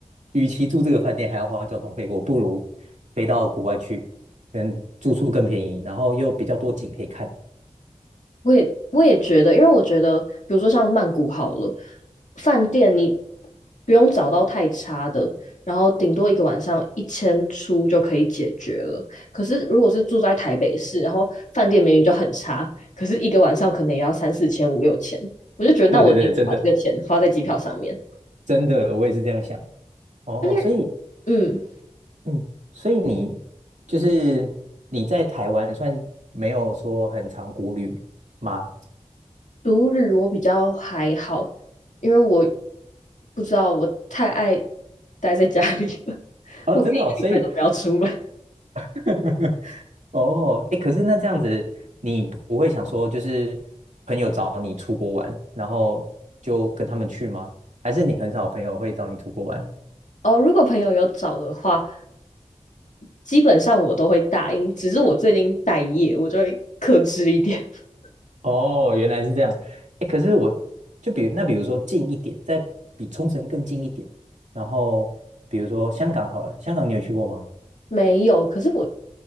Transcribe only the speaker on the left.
我也我也觉得，因为我觉得，比如说像曼谷好了，饭店你不用找到太差的，然后顶多一个晚上一千出就可以解决了。可是如果是住在台北市，然后饭店明明就很差，可是一个晚上可能也要三四千、五六千，我就觉得那我宁愿把这个钱花在机票上面。
而且，
嗯，
独旅我比较还好，因为我不知道我太爱待在家里了，<laughs>
我可以一个礼拜都不要出门。
哦，如果朋友有找的话，基本上我都会答应，只是我最近待业，我就会克制一点。<laughs>
没有，可是我，